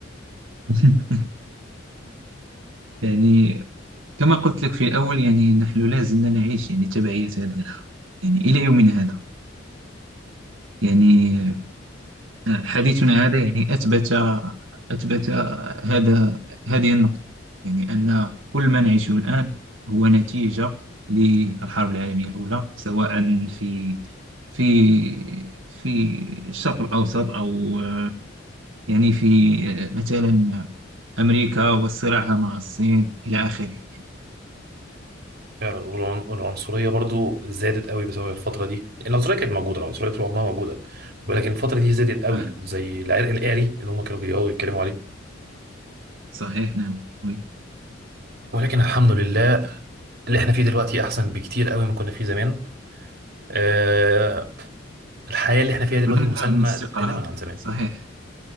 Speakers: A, on the right (about 75°); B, on the right (about 50°).
A: <laughs> يعني كما قلت لك في الأول يعني نحن لا زلنا نعيش يعني تبعية هذه الحرب يعني إلى يومنا هذا ويعني حديثنا هذا يعني أثبت أثبت هذا هذه النقطة يعني أن كل ما نعيشه الآن هو نتيجة للحرب العالمية الأولى سواء في في في الشرق الأوسط أو يعني في مثلا أمريكا وصراعها مع الصين إلى آخره يعني
B: فعلا والعن- والعنصرية برضو زادت قوي بسبب الفترة دي العنصرية كانت موجودة العنصرية طول عمرها موجودة ولكن الفترة دي زادت قوي
A: آه،
B: زي العرق القاري اللي هم كانوا بيقعدوا يتكلموا عليه
A: صحيح نعم وي.
B: ولكن الحمد لله اللي احنا فيه دلوقتي أحسن بكتير قوي ما كنا فيه زمان أه الحياة اللي احنا فيها دلوقتي
A: هناك
B: مسالمة
A: نوع من الاستقرار
B: تماما عن زمان
A: صحيح